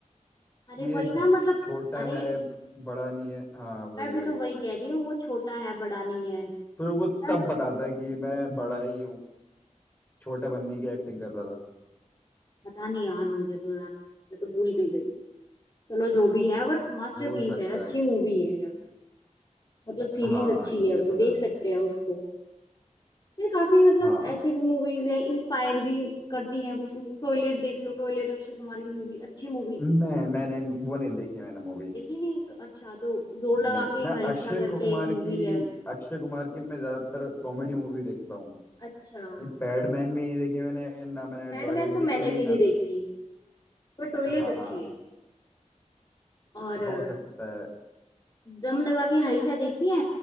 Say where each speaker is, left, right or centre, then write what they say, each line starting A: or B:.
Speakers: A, on the left; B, on the left.
A: अरे
B: ये
A: वही ना मतलब
B: छोटा
A: अरे
B: है बड़ा नहीं है हाँ वही
A: मैं भी
B: वही
A: तो वही कह रही हूँ वो छोटा है बड़ा नहीं है
B: फिर वो
A: यार
B: तब बताता है कि मैं बड़ा ही हूँ छोटा बनने की एक्टिंग कर रहा था
A: पता नहीं यार मुझे तो यार मैं तो भूल भी गई चलो जो भी है बट मास्टरपीस
B: हो सकता
A: है अच्छी
B: है
A: मूवी है यार मतलब सीरीज
B: हाँ
A: अच्छी
B: ये
A: है वो
B: तो है
A: देख सकते हैं उसको यार काफी मतलब
B: हाँ
A: ऐसी भी मूवीज हैं इंस्पायर भी करती हैं कुछ कुछ टॉयलेट देख लो टॉयलेट अक्षय कुमार की मूवी अच्छी मूवी थी
B: मैं मैंने वो नहीं देखी मैंने मूवी
A: देखी नहीं अच्छा तो जोर
B: नहीं
A: लगा के
B: मैं
A: हाइशा
B: अक्षय
A: करके
B: कुमार
A: एक मूवी
B: की
A: है
B: अक्षय कुमार की मैं ज्यादातर कॉमेडी मूवी देखता हूँ
A: अच्छा
B: ये पैडमैन भी नहीं देखी मैंने ना मैंने
A: पैडमैन
B: टॉयलेट
A: तो मैंने
B: देखी
A: भी
B: ना
A: नहीं देखी पर टॉयलेट
B: हाँ
A: अच्छी है और अ,
B: हो सकता है
A: दम लगा के हाइशा देखी है